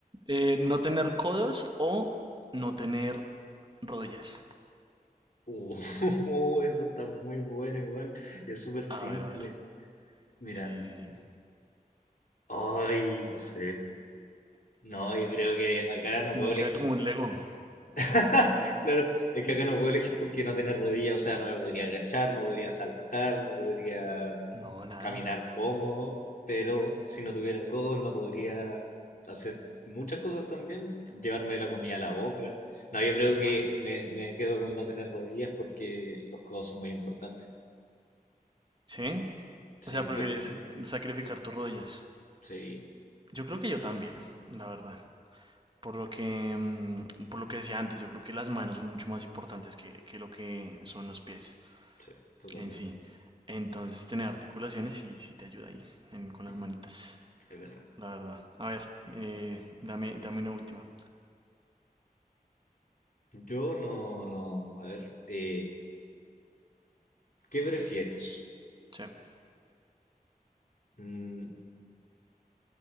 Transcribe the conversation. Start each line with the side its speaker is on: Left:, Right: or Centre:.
Right: Eh, ¿no tener codos o no tener rodillas?
Left: Uh, <laughs> eso está muy bueno igual. Y es súper simple.
Right: A ver, a ver.
Left: Mira.
Right: Sí, sí, sí.
Left: Ay, no sé. No, yo creo que acá no puedo
Right: No queda
Left: elegir.
Right: como un Lego.
Left: <laughs> Claro, es que acá no puedo elegir porque no tener rodillas, o sea, no me podría agachar, no podría saltar, no podría mm,
Right: No, nada.
Left: caminar cómodo, pero si no tuviera codos no podría hacer muchas cosas también, llevarme la comida a la boca. No, yo creo
Right: Exacto.
Left: que me, me quedo con no tener rodillas porque los codos son muy importantes.
Right: ¿Sí?
Left: Sí,
Right: O sea, prefieres
Left: ¿tú qué opinas?
Right: sacrificar tus rodillas.
Left: Sí,
Right: Yo creo que yo también, la verdad. Por lo que, mm, por lo que decía antes, yo creo que las manos son mucho más importantes que, que lo que son los pies.
Left: sí, totalmente.
Right: En sí. Entonces, tener articulaciones sí, sí te ayuda ahí, en-
Left: <laughs>
Right: con las manitas,
Left: Es verdad.
Right: la verdad. A ver, eh, dame, dame una última.
Left: Yo no, no, a ver, eh, ¿qué prefieres?
Right: Sí.
Left: Mm,